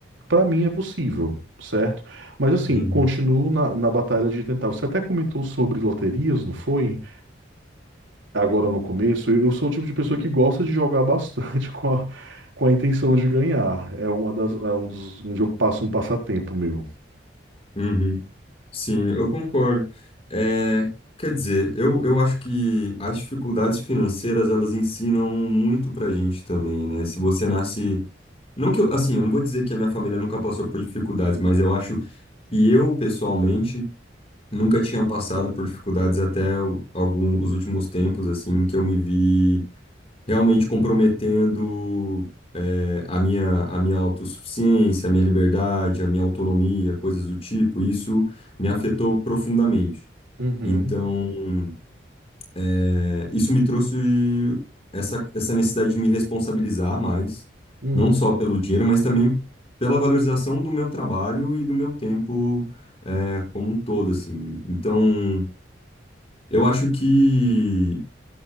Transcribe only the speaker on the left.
Uhum,
uhum. Sim, eu concordo. É, quer dizer, eu, eu acho que as dificuldades financeiras, elas ensinam muito pra gente também, né? Se você nasce... Não que eu, assim, eu não vou dizer que a minha família nunca passou por dificuldades, mas eu acho que eu, pessoalmente, nunca tinha passado por dificuldades até o- algum, os últimos tempos, assim, que eu me vi realmente comprometendo eh, a minha, a minha autossuficiência, a minha liberdade, a minha autonomia, coisas do tipo, isso me afetou profundamente.
Então, eh, isso me trouxe essa, essa necessidade de me responsabilizar mais,
não só pelo dinheiro, mas também pela valorização do meu trabalho e do meu tempo, eh, como um todo, assim. Então, eu acho que